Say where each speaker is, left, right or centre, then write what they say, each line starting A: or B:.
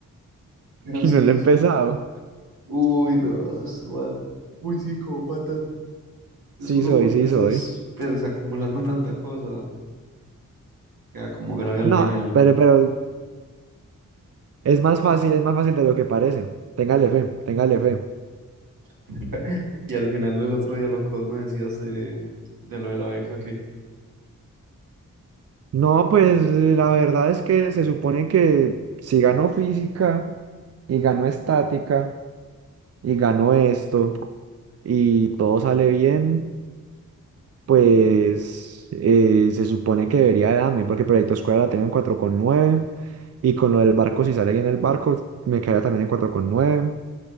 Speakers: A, on the right (about 75°); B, on the right (about 45°).
A: Pero
B: Y
A: sí,
B: no lo
A: sí.
B: he empezado.
A: sí. Uy, no, ese man. Muy psicópata. Es
B: Sí
A: uno
B: soy,
A: con
B: sí
A: esos,
B: soy.
A: pues acumulando tanta cosa, queda como grave al
B: No,
A: final.
B: pero, pero es más fácil, es más fácil de lo que parece. Téngale fe, téngale fe.
A: <laughs> Y al final el otro día lo que vos me decías de, de lo de la beca que...
B: No, pues la verdad es que se supone que si gano física y gano estática y gano esto y todo sale bien. pues eh, se supone que debería darme, porque Proyecto Escuela la tengo en cuatro coma nueve y con lo del barco, si sale bien el barco, me quedaría también en cuatro coma nueve